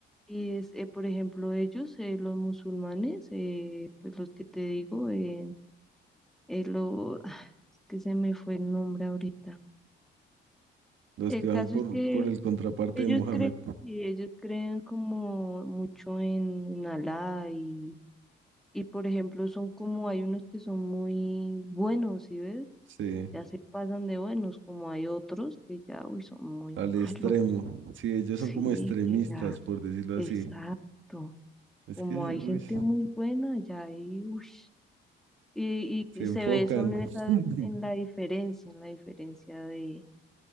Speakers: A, in the centre; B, on the right.
A: y es, eh, por ejemplo, ellos, eh, los musulmanes, eh, pues los que te digo, eh, eh, lo, <sighs> es que se me fue el nombre ahorita.
B: los
A: El
B: que van
A: caso
B: por,
A: es que
B: por el contraparte
A: ellos
B: de Mohamed,
A: creen, y ellos creen como mucho en, en Alá y Y por ejemplo, son como hay unos que son muy buenos, ¿sí ves?
B: sí,
A: Ya se pasan de buenos, como hay otros que ya, uy, son muy
B: al
A: malos.
B: extremo, sí, ellos
A: Sí,
B: son como extremistas,
A: que ya,
B: por decirlo
A: exacto.
B: así. Es
A: Como
B: que,
A: hay gente
B: uy,
A: muy buena, ya hay, uy. Y,
B: se
A: y, y
B: enfocan
A: se ve, son en esa,
B: <laughs>
A: en la diferencia, en la diferencia de,